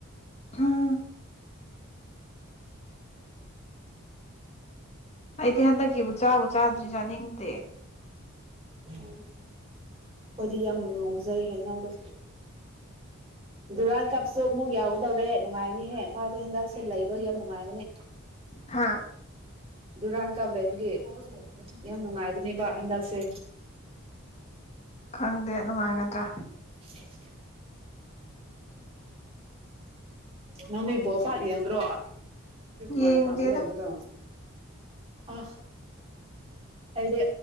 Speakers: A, on the left; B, on the right.
A: ꯎꯝ ꯑꯩꯗꯤ ꯍꯟꯗꯛꯀꯤꯕꯨ ꯆꯥꯕꯨ ꯆꯥꯗ꯭ꯔꯤ ꯆꯥꯅꯤꯡꯗꯦ
B: ꯎ ꯑꯩꯗꯤ ꯌꯥꯝ ꯉꯥꯎꯖꯩ ꯍꯥꯏꯅꯗꯣ ꯗꯨꯨꯔꯥꯟ ꯀꯥꯞꯁꯨ ꯑꯃꯨꯛ ꯌꯥꯎꯒꯗꯕꯔꯦ ꯅꯨꯡꯉꯥꯏꯔꯅꯤꯍꯦ ꯏꯝꯐꯥꯜꯁꯨ ꯍꯟꯗꯛꯁꯦ ꯂꯩꯕ꯭ꯔ ꯌꯥꯝ ꯅꯨꯡꯉꯥꯏꯒꯅꯤ
A: ꯍꯥꯥ
B: ꯗꯨꯔꯥꯟ ꯀꯥꯞ ꯂꯩꯕꯒꯤ ꯌꯥꯝ ꯅꯨꯡꯉꯥꯏꯒꯅꯦꯕ ꯍꯟꯗꯛꯁꯦ
A: ꯈꯪꯗꯦ ꯅꯨꯡꯉꯥꯏꯒꯗ꯭ꯔꯥ
B: <unintelligible> ꯅꯪꯕꯤ ꯣꯄ ꯌꯦꯡꯟ꯭ꯔꯣ ꯣꯏꯀꯨꯃꯥꯔ
A: ꯌꯦꯡꯗꯦꯗ
B: ꯂꯝꯄꯥꯗ ꯂꯩꯕꯗꯣ ꯑ ꯑꯗꯦ